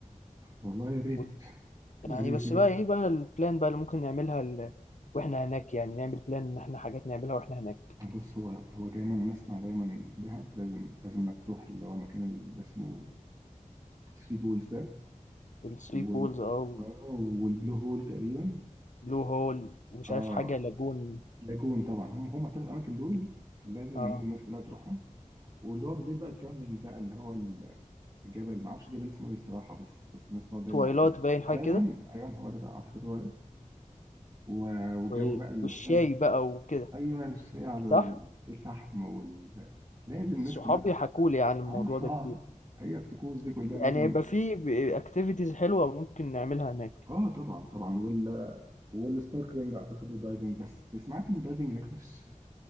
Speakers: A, on the right (about 30°); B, on the left (about 65°).
A: والله يا ريت
B: و...
A: يا
B: يعني
A: ريت
B: بس
A: بجد
B: بقى إيه بقى البلان بقى اللي ممكن نعملها ال... وإحنا هناك يعني نعمل بلان إن إحنا حاجات نعملها وإحنا هناك
A: بص هو هو دايما أنا أسمع دايما دهب لازم لازم إنك تروح اللي هو المكان اللي اسمه ثري بولز ده
B: الثري
A: وال
B: بولز أه
A: آه والبلو هول تقريبا
B: بلو هول ومش
A: آه
B: عارف حاجة لاجون
A: لاجون طبعا هم هم الثلاث أماكن دول لازم
B: اه
A: لازم الناس كلها بتروحهم واللي هو بالليل بقى تكمل بقى اللي هو الجبل معرفش الجبل اسمه ايه الصراحة بس بس الناس بتقعد دايما
B: تويلات
A: على الجبل
B: باين حاجة
A: ايوه
B: كده
A: ايوه هو ده اعتقد هو و- والجو
B: و-
A: بقى اللي
B: والشاي
A: هو
B: بقى وكده
A: ايوه الشاي على
B: صح
A: ال- شاي الفحم وال... لازم الناس
B: صحابي
A: كلها
B: حكوا لي عن الموضوع
A: اه
B: ده
A: آه،
B: كتير
A: هي الطقوس دي كلها
B: يعني
A: لازم
B: يبقى في اكتيفيتيز حلوة ممكن نعملها هناك
A: اه طبعا طبعا وال... والسنوركلينج اعتقد والدايفنج بس سمعت ان الدايفنج هناك مش